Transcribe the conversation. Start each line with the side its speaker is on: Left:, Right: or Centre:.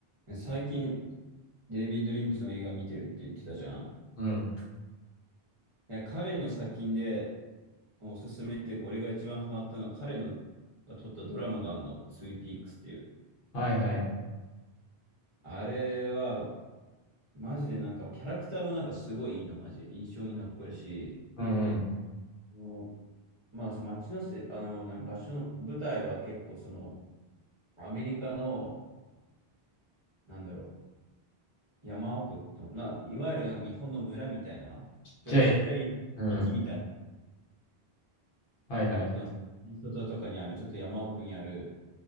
Right: ね最近、デイビッド・リンチの映画見てるって言ってたじゃん。い
Left: うん。
Right: や、彼の作品でおすすめっていうか、俺が一番ハマったのは彼のが撮ったドラマがあるの、ツイピークスっていう。
Left: はいはい。
Right: あれは、マジでなんか、キャラクターもなんかすごいいいな、マジで。印象に残るし、
Left: うんうん。
Right: もうまあ、街のせ、あの、何場所の、舞台は結構その、アメリカの、なんだろう、山奥と、まあ、いわゆるなんか日本の村みたいな、ちょっとちっちゃい街みたいな。
Left: じゃあ、うん。はいはい。
Right: その、外とかにある、ちょっと山奥にある、